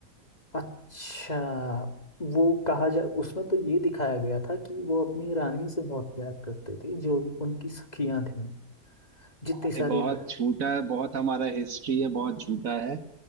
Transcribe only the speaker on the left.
अच्छा वो कहा जा उसमें तो ये दिखाया गया था कि वो अपनी रानी से बहुत प्यार करते थे जो उनकी सखियां थी जितनी
सारी
ल-